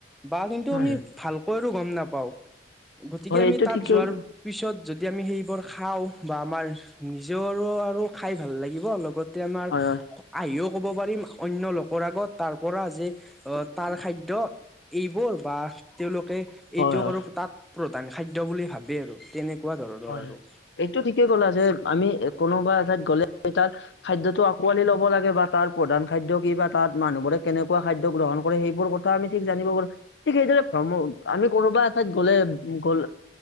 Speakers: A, in the centre; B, on the left.
A: বা কিন্তু
B: হয়
A: আমি
B: হয়
A: ভালকৈ আৰু গম নাপাওঁ গতিকে
B: হয়
A: আমি
B: এইটো
A: তাত
B: ঠিকেই
A: যোৱাৰ-
B: হয়
A: পিছত যদি আমি সেইবোৰ খাওঁ বা আমাৰ নিজে আৰু আৰু খাই ভাল লাগিব লগত। তে আমাৰ-
B: হয়
A: আহিও ক'ব পাৰিম অন্য লোকৰ আগত তাৰ পৰা যে আহ তাৰ খাদ্য- এইবোৰ বা- তেওঁলোকে
B: হয়
A: এইটো
B: হয়
A: আৰু তাত প্ৰধান খাদ্য বুলি ভাবে আৰু তেনেকুৱা ধৰণৰ
B: হয়
A: আৰু।
B: এইটো ঠিকেই ক'লা যে আমি কোনোবা এঠাইত গ'লে তাত- খাদ্যতটো আকোৱালি ল'ব লাগে বা তাৰ প্ৰধান খাদ্য কি বা তাত মানুহবোৰে কেনেকুৱা খাদ্য গ্ৰহণ কৰে সেইবোৰ কথা- থা আমি ঠিক জানিব পাৰো ঠিক সেইদৰে ভ্ৰম আমি কোনোবা এঠাইত গ'লে- গল